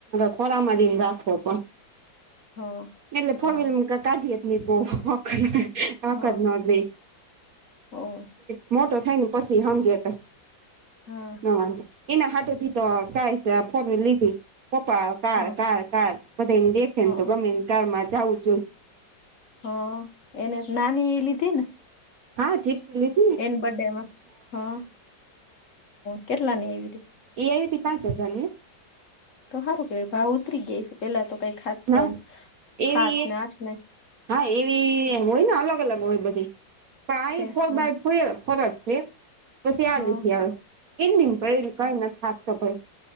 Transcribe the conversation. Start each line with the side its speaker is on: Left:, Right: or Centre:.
Right: ખોરામાંથીને રાખો પણ
Left: હા
Right: એટલે ફોર
Left: હોય
Right: વ્લર <inaudible> કાઢએત ન બહખર હ
Left: હા
Right: કર નહી
Left: હોય
Right: <inaudible> મોટો થાય ને પછી સમજે તો
Left: હા
Right: નમજે એના હા <inaudible> ત તો કાસા ફોન લીધ કપા <inaudible> કાર
Left: હા
Right: કાર કાર બધા એને દેખે
Left: હા
Right: ને તો ગમેને કારમાં જવું જોઈ <inaudible>
Left: હ એને નાની એઈ લ હતી ન <inaudible>
Right: હા જીપસ લ <inaudible>
Left: એની બર્ ડેમાં હા કેટલાની એવી હતીી <inaudible>
Right: એ આવી ત પાંચ હજાર ને.
Left: તો સારું કે ભાવ ઉતરી ગય છે પેલા તો કઈ ખાચ તો
Right: ના એવી
Left: હાથ
Right: એક
Left: ને આાથ ને.
Right: હા એવી હોય ને અલગ અલગ હોય બધી પણ
Left: છે
Right: આ ફોર
Left: હા
Right: બાય ફ ફરજ. પછી આ
Left: હા
Right: લીધી આવે એમ એ કઈ નથીકતો ભાઈ.